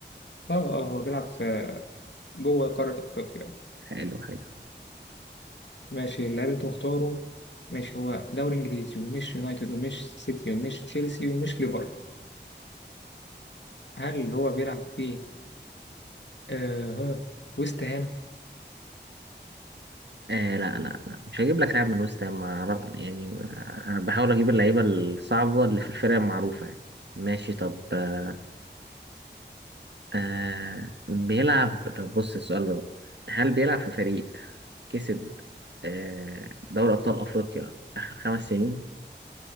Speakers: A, on the left; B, on the right.
A: اه اه هو بيلعب في جوه قارة أفريقيا
B: حلو حلو
A: ماشي اللاعب أنت مختاره ماشي هو دوري إنجليزي ومش يونايتد ومش سيتي ومش تشيلسي ومش ليفر هل هو بيلعب في آه ويست هام
B: آه لا لا لا مش هجيب لك لاعب من وست هام أنا- يعني أنا بحاول اجيب اللعيبه الصعبه اللي في الفرق المعروفه يعني ماشي طب آه آه، بيلعب طب بص السؤال ده بقى. هل بيلعب في فريق كسب آه دوري ابطال افريقيا اخر خمس سنين